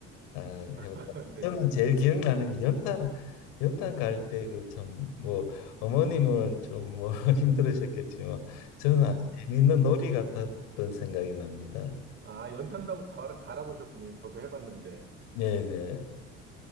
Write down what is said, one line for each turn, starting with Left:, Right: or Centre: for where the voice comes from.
Left: 아, 해볼까.
Right: <laughs> 네.
Left: 저는 제일 기억나는 게 연탄, 연탄 갈 때 그 참, 뭐, 어머님은 좀 뭐 <laughs> 힘들으셨겠지만, 저는
Right: 어.
Left: 아주 재밌는 놀이 같았던 생각이 납니다.
Right: 아, 연탄도 갈아, 갈아보셨군요. 저도 해봤는데.
Left: 네네.